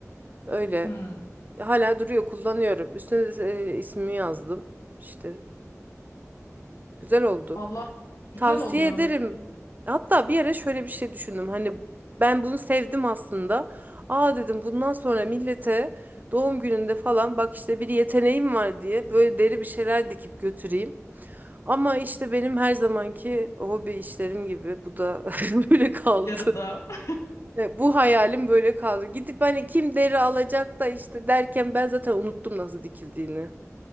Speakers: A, on the right (about 35°); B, on the left (about 80°).
A: Öyle.
B: Hmm.
A: Hala duruyor kullanıyorum. Üstüne de e, ismimi yazdım. İşte güzel oldu.
B: Valla güzel
A: Tavsiye
B: oluyor
A: ederim.
B: böyle
A: Hatta bir ara şöyle bir şey düşündüm. Hani ben bunu sevdim aslında. Aa dedim bundan sonra millete doğum gününde falan bak işte bir yeteneğim var diye böyle deri bir şeyler dikip götüreyim. Ama işte benim her zamanki hobi işlerim gibi bu da <laughs> böyle kaldı.
B: yarıda. <laughs>
A: E, Bu hayalim böyle kaldı. Gidip hani kim deri alacak da işte derken ben zaten unuttum nasıl dikildiğini.